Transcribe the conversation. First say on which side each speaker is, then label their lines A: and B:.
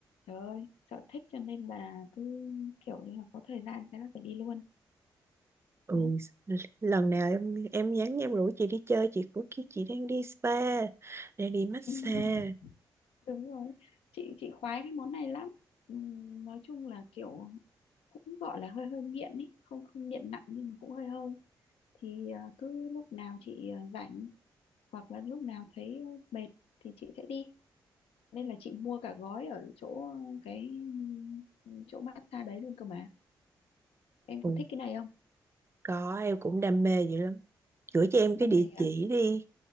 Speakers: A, on the left; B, on the right.
A: trời ơi sở thích cho nên là cứ kiểu như là có thời gian cái là phải đi luôn
B: Ừ,
A: Đó.
B: l- lần nào em em nhắn em rủ chị đi chơi chị cũng kêu chị đang đi spa, đang đi massage.
A: Ừ, <laughs> đúng rồi chị chị khoái cái món này lắm ừ, nói chung là kiểu cũng gọi là hơi hơi nghiện ý không không nghiện nặng nhưng mà cũng hơi hơi thì à, cứ lúc nào chị à, rảnh hoặc là lúc nào thấy à, mệt thì chị sẽ đi nên là chị mua cả gói ở chỗ cái ừ, chỗ massage đấy luôn cơ mà em
B: Ừ,
A: có thích cái này không
B: có em cũng đam mê dữ lắm. Gửi cho em
A: đam
B: cái địa
A: mê
B: chỉ
A: à
B: đi.